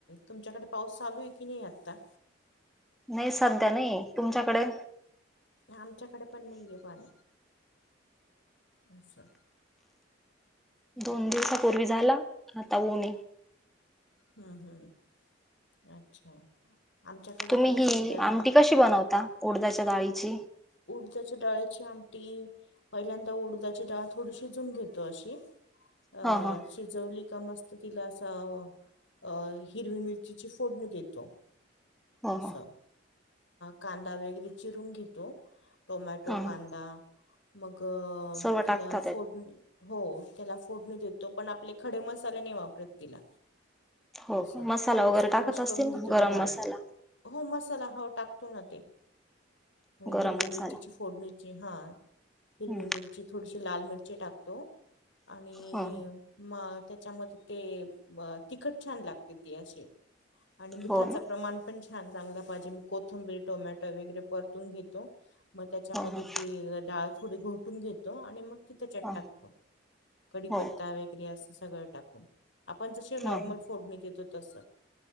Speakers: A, on the left; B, in the centre.
A: तुमच्याकडे पाऊस चालू आहे की नाही आता?
B: नाही सध्या नाहीये, तुमच्याकडे?
A: आमच्याकडे पण नाहीये पाणी. असं हम्म
B: दोन दिवसापूर्वी झाला, आता ऊन ये.
A: हम्म हम्म. अच्छा आमच्याकडे
B: तुम्ही
A: पण
B: हि
A: सध्या
B: आमटी कशी बनवता? ओडद्याच्या डाळीची
A: उडदाच्या डाळीची आमटी, पहिल्यांदा उडजाची डाळ थोडी शिजून घेतो अशी. अ
B: हा हा
A: शिजवली इत मस्त तिला असं हिरवी मिरचीची फोडणी देतो.
B: हो
A: अस
B: हो हा
A: कांदा वगैरे चिरून घेतो. टोमॅटो,
B: हा
A: कांदा मग
B: सर्व
A: तिला
B: टाकतात त्यात
A: फोड हो त्याला फोडणी देतो पण आपले खडे मसाले नाही वापरत तिला.
B: हो
A: अस
B: का? मसाला
A: थोडस
B: वगैरे
A: क्रश
B: टाकत असतील
A: करून घेतो,
B: ना गरम
A: त्या डाळीला
B: मसाला
A: हो मसाला हाव टाकतो ना.
B: गरम
A: हिरवी मिरचीची
B: मसाला
A: फोडणीची ह हिरवी
B: हम्म,
A: मिरची थोडीशी लाल मिरची टाकतो आणि
B: हो
A: म त्याच्यामध्ये ते तिखट छान लागते ते असे आणि मिठाच
B: हो ना
A: प्रमाण पण छान चांगलं पाहिजे मी कोथंबीर टोमॅटो वगैरे परतून घेतो मग त्याच्यामध्ये
B: हो हो
A: ती डाळ थोडी घोटून घेतो आणि मग त्याच्यात
B: हो
A: टाकतो कडीीपत्ता
B: हो
A: वगैरे असं सगळं टाकून आपण जसे नॉर्मल
B: ह
A: फोडने देतो तस